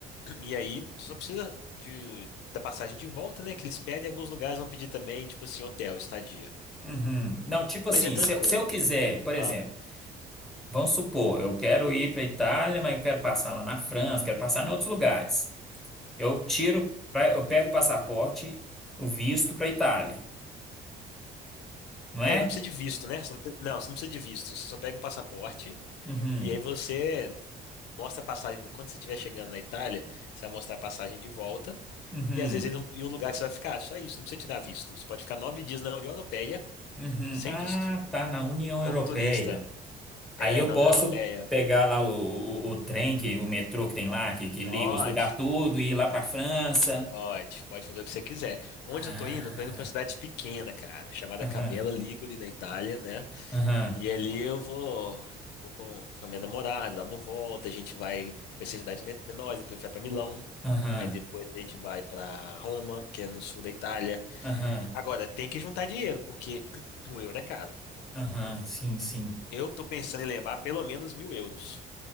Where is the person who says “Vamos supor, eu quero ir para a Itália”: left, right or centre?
Centre